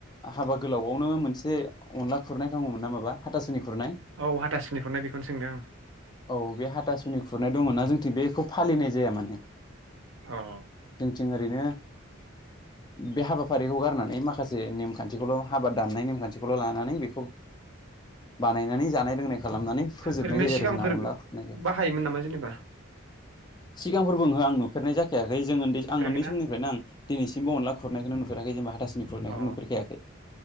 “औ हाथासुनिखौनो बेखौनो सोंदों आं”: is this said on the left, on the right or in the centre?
Right